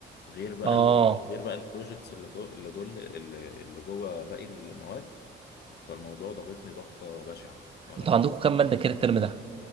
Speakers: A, on the left; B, on the right.
A: غير بقى
B: اه
A: ال... غير بقى البروجكتس اللي جو... اللي جوه اللي اللي جوه باقي المواد فالموضوع ضغطني ضغطة بشعة فانا
B: انتوا عندكم كام مادة كده الترم ده؟